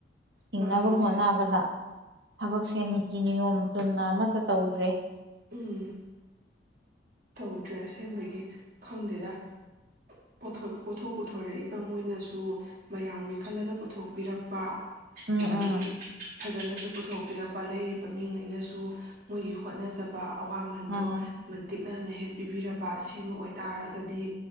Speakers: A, on the right; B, on the right.
A: ꯍꯤꯡꯅꯕ
B: ꯃꯥꯅꯦ ꯏꯆꯦ
A: ꯍꯣꯠꯅꯕꯗ ꯊꯕꯛꯁꯦ ꯅꯤꯇꯤ ꯅꯤꯌꯣꯝ ꯆꯨꯝꯅ ꯑꯃꯠꯇ ꯇꯧꯗ꯭ꯔꯦ
B: ꯎꯝ ꯇꯧꯗ꯭ꯔꯦ ꯑꯁꯦꯡꯕꯒꯤ ꯈꯪꯗꯦꯗ ꯄꯣꯠꯊꯣꯛ ꯄꯨꯊꯣꯔꯛꯏꯕ ꯃꯣꯏꯅꯁꯨ ꯃꯌꯥꯝꯒꯤ ꯈꯜꯂꯒ ꯄꯨꯊꯣꯛꯄꯤꯔꯛꯄ
A: ꯎꯝ
B: ꯑꯗ
A: ꯎꯝ
B: ꯐꯖꯅꯁꯨ ꯄꯨꯊꯣꯛꯄꯤꯔꯛꯄ ꯂꯩꯔꯤꯕ ꯃꯤꯉꯩꯅꯁꯨ ꯃꯣꯏꯒꯤ ꯍꯣꯠꯅꯖꯕ ꯑꯋꯥꯃꯟꯗꯣ
A: ꯎꯝ
B: ꯃꯥ ꯅ ꯍꯦꯛ ꯄꯤꯕꯤꯔꯕ ꯁꯤꯃ ꯑꯣꯏꯇꯥꯔꯒꯗꯤ